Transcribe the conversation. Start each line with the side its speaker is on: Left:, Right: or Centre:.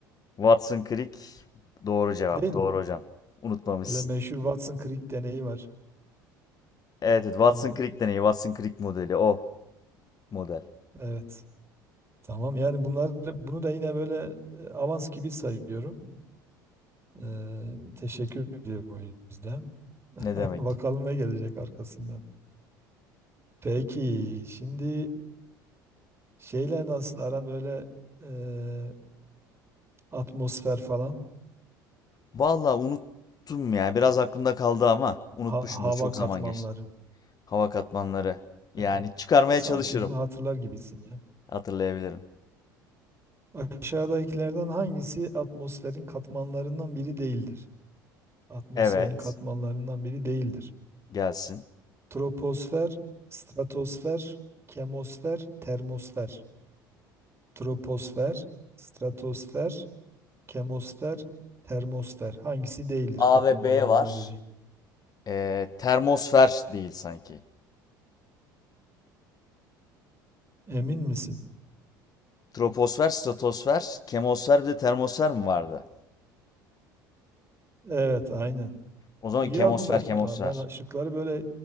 Left: Watson Crick doğru cevap.
Right: Değil
Left: Doğru
Right: mi?
Left: hocam. Unutmamışsın.
Right: Böyle meşhur Watson Creek deneyi var
Left: Evet, evet Watson
Right: orada.
Left: Crick deneyi, Watson Crick modeli o model.
Right: Evet. Tamam yani bunlar bunu da yine böyle e, avans gibi sayıyorum. Ee, teşekkür ediyorum o yüzden.
Left: Ne
Right: <laughs>
Left: demek?
Right: Bakalım ne gelecek arkasından. Peki şimdi şeyler nasıl aran böyle e, atmosfer falan
Left: Vallahi unuttum ya. Biraz aklımda kaldı ama unutmuşumdur.
Right: ha- hava
Left: Çok
Right: katmanları.
Left: zaman geçti. Hava katmanları. Yani
Right: E,
Left: çıkarmaya
Right: sanki
Left: çalışırım.
Right: bunu hatırlar gibisin ya.
Left: Hatırlayabilirim.
Right: Aşağıdakilerden hangisi atmosferin katmanlarından biri değildir? Atmosferin
Left: Evet.
Right: katmanlarından biri değildir.
Left: Gelsin.
Right: Troposfer, stratosfer, kemosfer, termosfer. Troposfer, stratosfer, kemosfer, termosfer. Hangisi değildir
Left: A
Right: katmanlarından
Left: ve B var.
Right: biri?
Left: Ee, termosfer değil sanki.
Right: Emin misin?
Left: Troposfer, stratosfer, kemosfer bir de termosfer mi vardı?
Right: Evet, aynen.
Left: O zaman
Right: İyi
Left: kemosfer,
Right: aklında tutun
Left: kemosfer.
Right: ha. Ben şıkları böyle